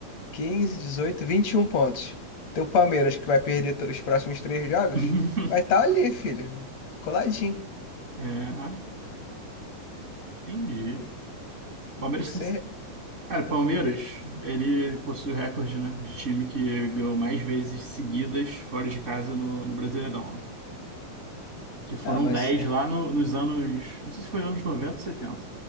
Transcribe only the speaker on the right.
<laughs>
É, entendi.
Palmeiras.
tá-
Cara, Palmeiras, ele possui o recorde, né, de time que ganhou mais vezes seguidas fora de casa no, no Brasileirão, né? Que foram
10
lá no- nos anos. Não sei se foi anos 90 ou 70.